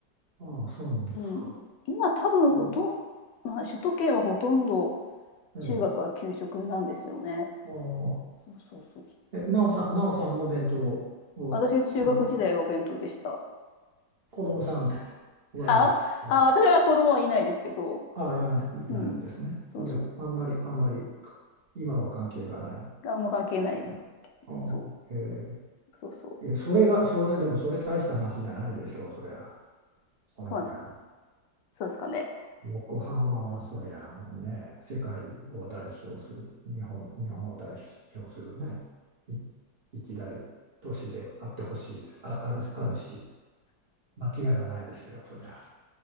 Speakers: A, on the right (about 40°); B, on the left (about 80°).
A: あ、そうなんですか。
B: う、うん、今多分ほとんど、
A: うん
B: まあ、首都圏はほとんど
A: ええ、
B: 中学は給食なんですよね
A: ああ、
B: そうそうそう
A: え、なおさん、なおさんも弁当を、
B: 私は中学時代はお弁当でした
A: あの、子供さんはいらっしゃら、
B: ああ私は子供はいないですけど
A: あ、ら
B: うん
A: ないんですね。
B: そうそ
A: ほんで、あんまり、あんまり、今は関係がないんで
B: うあんま関係ない
A: すね。ああ、
B: そう
A: へえ、
B: そうそう
A: いや、それが、それでも、それ大した話じゃないでしょう、そりゃ。そのぐらいの。
B: そうなんですそうですかね
A: 横浜は、そりゃ、もうね、世界を代表する、日本、日本を代表するね、い一大都市であってほしいです。あ、ある、あるし。間違いはないですよ、そりゃ。